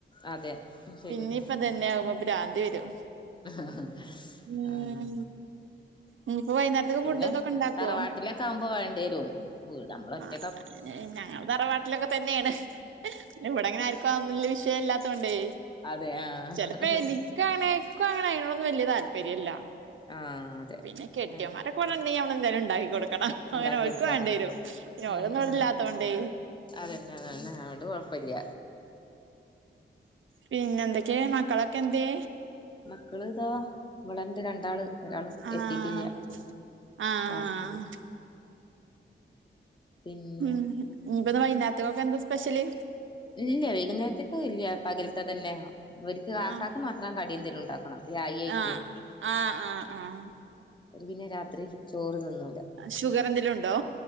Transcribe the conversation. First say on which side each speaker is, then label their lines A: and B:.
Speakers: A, on the left; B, on the right.
A: അതെ ശരിയന്നെ
B: പിന്നിപ്പതന്നെ ആവുമ്പോ പ്രാന്ത് വരും
A: ഹ്ഹ്.
B: ഉം
A: ആഹ്
B: ഇനിയിപ്പോ വൈകുന്നേരത്തേക്ക്
A: പിന്നെ
B: ഫുഡ് ഇതൊക്കെ ഉണ്ടാക്കുവോ
A: തറവാട്ടിലൊക്കെ ആവുമ്പോ വേണ്ടിരും ഇവ്ടെ നമ്മളൊറ്റ
B: അങ്ങനെ ഞങ്ങൾ തറവാട്ടിലൊക്കെ തന്നെണ് ഇവിടെങ്ങനെ ആർക്കും ആ ഒന്നും വല്ല്യ വിഷയല്ലാത്തോണ്ടേ
A: അതെ ആഹ്
B: ചെലപ്പേ എനി ക്കങ്ങനെ എനിക്കുഅങ്ങനെ അയിനോടോന്നു വല്യ താൽപര്യല്ല
A: ആഹ് അതെ
B: പിന്നെ കെട്ടിയോമാരൊക്കെ
A: ആന്നെ
B: ഇവടെണ്ടെങ്കി നമ്മളെന്തേലും ണ്ടാക്കി കൊടുക്കണം
A: ഉണ്ടാക്കി
B: അങ്ങനെ ഓര്ക്ക്
A: കൊടുക്കുക
B: വണ്ടിരും
A: അതന്നെ
B: പിന്നെ
A: ഉം
B: ഓലൊന്നു ഇവടെല്ലാത്തോണ്ടേ
A: ഉം അതന്നെ അതന്നെ അതൊണ്ട് കൊഴപ്പല്ല്യ
B: പിന്നെന്തെക്കെ മക്കളൊക്കെ എന്തേ
A: മക്കള് ഇതാ ഇവടണ്ട്. രണ്ടാള്. ഒരാളും
B: ആഹ്
A: എത്തിട്ടില്യ
B: ആഹ്
A: ക്ലാസിലന്നെ പിന്നെ
B: ഉം ഞ്ഞിപ്പത് വൈന്നാര്ത്തെക്കൊക്കെ എന്താ സ്പെഷ്യല്
A: ഇല്യ വൈകുന്നേരത്തേക്ക് ഇല്യ പകൽത്തെ തന്നെയാ ഇവര്ക്ക് ആക്കാക്ക്
B: ആഹ്
A: മാത്രം കടിയെന്തേലുണ്ടാക്കണം രായായിറ്റ്
B: ആഹ് ആഹ് ആഹ് ആഹ്
A: ഓര്പിന്നെ രാത്രിചോറ് തിന്നൂല
B: ഷുഗർ എന്തെലും ഉണ്ടോ